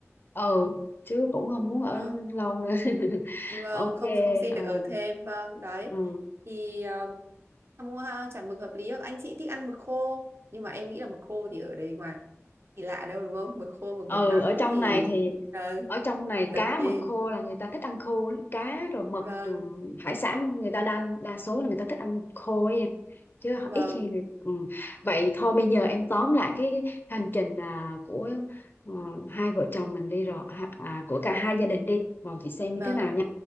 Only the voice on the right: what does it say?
Đó.
Vâng,
không không xin
được ở thêm. Vâng, đấy.
Thì ờ, mua ha, chả mực hợp lý. Anh chị thích ăn mực khô, nhưng mà em nghĩ là mực khô thì ở đấy ngoài gì lạ đâu đúng không mực khô mực
bột nắng
thì
ờ,
đấy
vâng
vâng
vâng